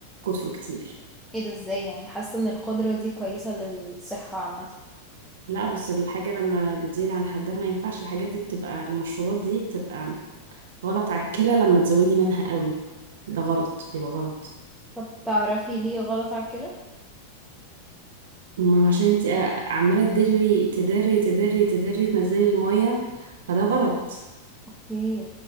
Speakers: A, on the right (about 60°); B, in the centre.
A: كتره كتير
B: ايه ده ازاي يعني حاسه ان القدره دي كويسه للصحه عامه
A: لا بس الحاجة لما بتزيد عن حدها ما ينفعش الحاجات دي بتبقى المشروبات دي بتبقى غلط على الكلى لما تزودي منها قوي ده غلط بيبقى غلط
B: طب تعرفي ليه غلط على كده
A: ما عشان انت عمالة تدري تدري تدري تدري تنزلي المية فده غلط
B: اوكي